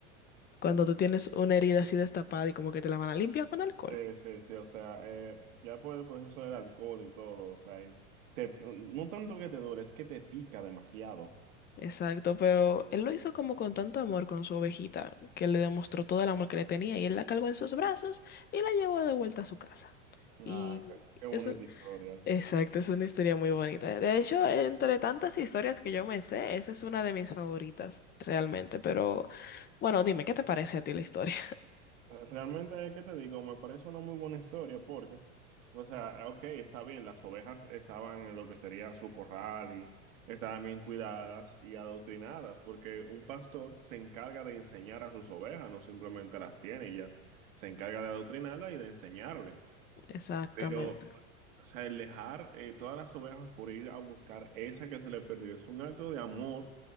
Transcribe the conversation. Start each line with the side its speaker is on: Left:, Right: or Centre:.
Left: Cuando tú tienes una herida así destapada y como que te la van a limpiar con alcohol.
Right: Sí, sí, sí, o sea, eh, ya por el proceso del alcohol y todo, o sea, y te- no tanto que te duele, es que te pica demasiado.
Left: Exacto, pero él lo hizo como con tanto amor con su ovejita, que le demostró todo el amor que le tenía y él la cargó en sus brazos y la llevó de vuelta a su casa. Y
Right: Ah, qué, qué bonita
Left: eso,
Right: historia.
Left: Exacto, es una historia muy bonita. De hecho, entre tantas historias que yo me sé, esa es una de mis favoritas realmente. Pero bueno, dime, ¿qué te parece a ti la historia?
Right: Eh, Realmente, ¿qué te digo? Me parece una muy buena historia porque, o sea, ok, está bien, las ovejas estaban en lo que sería su corral y estaban bien cuidadas y adoctrinadas, porque un pastor se encarga de enseñar a sus ovejas, no simplemente las tiene y ya, se encarga de adoctrinarlas y de enseñarle.
Left: <laughs> Exactamente.
Right: Pero, o sea, el dejar eh, todas las ovejas por ir a buscar esa que se le perdió es un acto de amor,